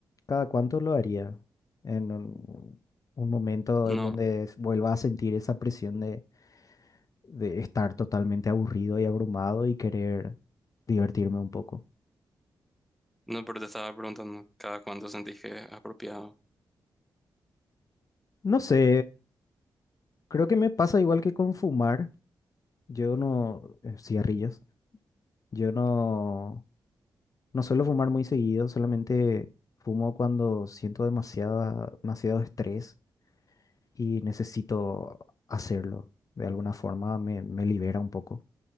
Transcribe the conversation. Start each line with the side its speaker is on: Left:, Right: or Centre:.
Left: cada cuánto lo haría, en un, un momento
Centre: No,
Left: en donde s- vuelva a sentir esa presión de, de estar totalmente aburrido y abrumado y querer divertirme un poco.
Centre: no, pero te estaba preguntando cada cuánto sentís que es apropiado.
Left: No sé, creo que me pasa igual que con fumar. Yo no, eh, cigarrillos. Yo no, no suelo fumar muy seguido, solamente fumo cuando siento demasiada, demasiado estrés y necesito hacerlo. De alguna forma me, me libera un poco,